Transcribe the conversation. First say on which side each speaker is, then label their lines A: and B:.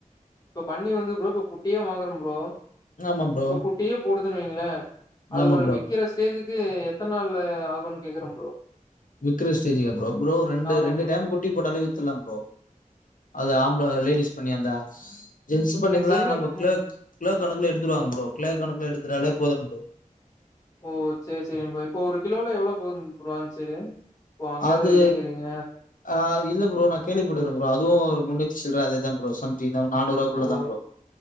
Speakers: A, on the left; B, on the left.
A: இப்ப பன்னி வந்து <unintelligible> குட்டியா வாங்கற ப்ரோ
B: ஆமா ப்ரோ
A: இப்ப குட்டியே போடுதுன்னு வைங்களே அது
B: ஆமா
A: ஒரு
B: ப்ரோ
A: விக்கற ஸ்டேஜுக்கு எத்தன் நாள் ஆகுன் கேக்குறம் ப்ரோ
B: விக்கற ஸ்டேஜிகா ப்ரோ ப்ரோ ரெண்டு
A: ஆமா
B: ரெண்டு
A: ப்ரோ.
B: டைம் குட்டி போட்டாலே வித்தர்லா ப்ரோ அது ஆம்பள லேடிஸ் பண்ணியாருந்தா ஜென்ஸு பண்ணீங்களா
A: இல்ல ஜென்னு
B: நம்ம கிலோ கிலோ கணக்குல எடு வித்துருவாங்க ப்ரோ கிலோ கணக்குல எடுத்துட்டாலே போதும் ப்ரோ
A: ஓ சேரி சேரிம்பா இப்போ ஒரு கிலோலா எவ்வளவு போகும் ப்ரோ அந்சைடு ப்போ அங்கேதோ
B: அது
A: இல்லேங்கிறீங்க
B: ஆ இல்ல ப்ரோ நான் கேள்விப்பட்டுக்கறே ப்ரோ அதுவு ஒரு முன்னூத்திச் சில்ற அதேதா ப்ரோ சம்திங்தா நானூறுவாக்குள்ளதா
A: ஓ
B: ப்ரோ